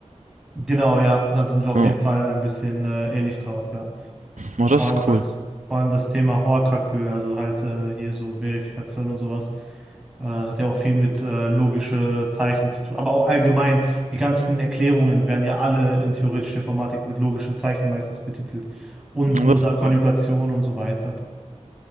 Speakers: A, in the centre; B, on the right.
A: genau, ja, da sind wir auf
B: Oh,
A: jeden Fall ein bisschen äh, ähnlich drauf, ja.
B: oh, das
A: Vor allem,
B: ist
A: als,
B: cool.
A: vor allem das Thema Hoakakü, also halt äh, hier so Verifikation und sowas, äh, hat ja auch viel mit äh, logische Zeichen zu tun. Aber auch allgemein, die ganzen Erklärungen werden ja alle in theoretischer Informatik mit logischen Zeichen meistens betitelt. Und
B: Oh,
A: oder
B: das ist
A: Konjugation
B: cool.
A: und so weiter.